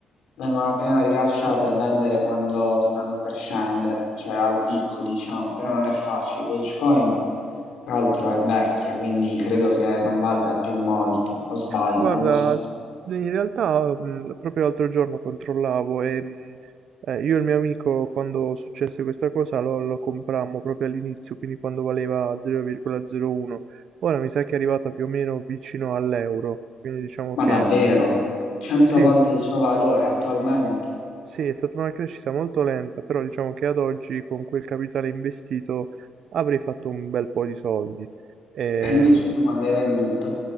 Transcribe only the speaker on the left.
vengono appena rilasciate e vendere quando stanno per scendere, cioè al picco diciamo, però non è facile. Dogecoin, tra l'altro, è vecchia, quindi credo che non valga più molto, o sbaglio,
non lo so.
Ma
davvero, 100
volte il suo valore attualmente,
e invece tu quando hai venduto?